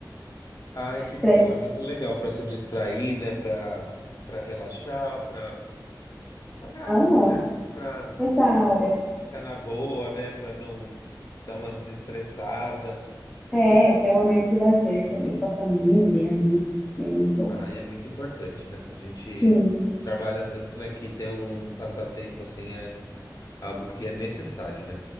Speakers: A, on the left (about 50°); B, in the centre.
A: Ai, que bom,
B: pra...
A: é muito legal para se distrair, né, para para relaxar, para fazer algo,
B: Amo,
A: né, para
B: essa aura.
A: ficar na boa, né, para não dar uma desestressada.
B: É, que é um momento de lazer também com a família, amigos, também é muito bom.
A: Ah, e é muito importante, né? A gente
B: Sim.
A: trabalha tanto, né, que ter um passatempo assim é algo que é necessário, né?